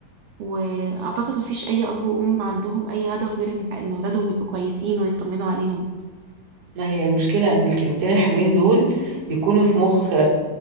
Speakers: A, on the right (about 75°); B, on the right (about 45°).
A: واعتقد ما فيش اي اب وام عندهم اي هدف غير ان ان اولادهم يبقوا كويسين ويطمنوا عليهم
B: ما هي المشكلة ان الكلمتين الحلوين دول يكونوا في مخ آه،